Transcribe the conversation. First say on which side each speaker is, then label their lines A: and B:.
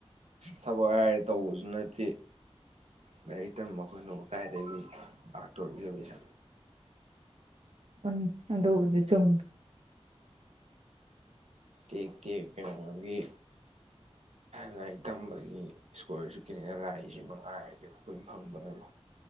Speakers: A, on the right; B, on the right.
A: ꯊꯕꯛ ꯍꯥꯏꯔ ꯇꯧꯕꯁꯨ ꯅꯠꯇꯦ ꯂꯥꯏꯔꯤꯛ ꯇꯝꯕ ꯑꯩꯈꯣꯏꯅꯣꯡ ꯀꯥꯏꯗꯒꯤ ꯂꯥꯛꯇꯧꯔꯛꯗꯕ ꯏꯁꯥ
B: ꯑꯣꯟ ꯆꯗꯦ ꯆꯨꯝ
A: ꯊ ꯀꯦ ꯀꯃꯒꯤ ꯂꯥꯏꯔꯤꯛ ꯇꯝꯕꯒꯤ ꯏꯁꯀꯣꯔꯁꯨ ꯀꯅꯦ ꯂꯥꯏꯁꯤ ꯃꯉꯥ ꯍꯥꯏꯔ ꯀꯩꯅꯣ ꯑꯩꯈꯣꯏ ꯐꯪꯕꯅꯦꯕ